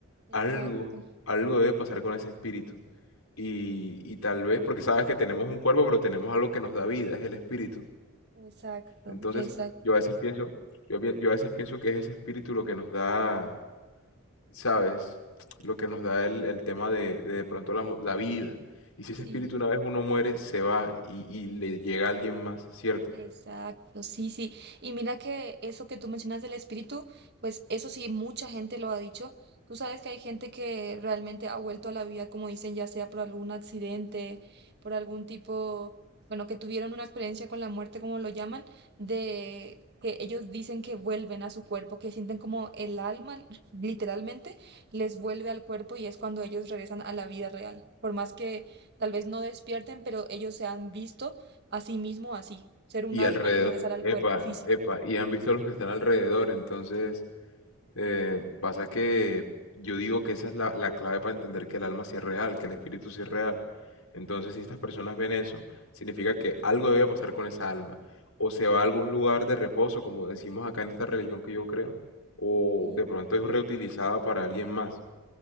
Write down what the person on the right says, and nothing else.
Exacto,
exacto,
exacto.
Sí.
Exacto, sí, sí. Y mira que eso que tú mencionas del espíritu, pues eso sí, mucha gente lo ha dicho. Tú sabes que hay gente que realmente ha vuelto a la vida, como dicen, ya sea por algún accidente, por algún tipo, bueno, que tuvieron una experiencia con la muerte, como lo llaman, de que ellos dicen que vuelven a su cuerpo, que sienten como el alma, literalmente, les vuelve al cuerpo y es cuando ellos regresan a la vida real. Por más que tal vez no despierten, pero ellos se han visto Asimismo, así, ser un
alma
y regresar al
cuerpo físico.
Sí,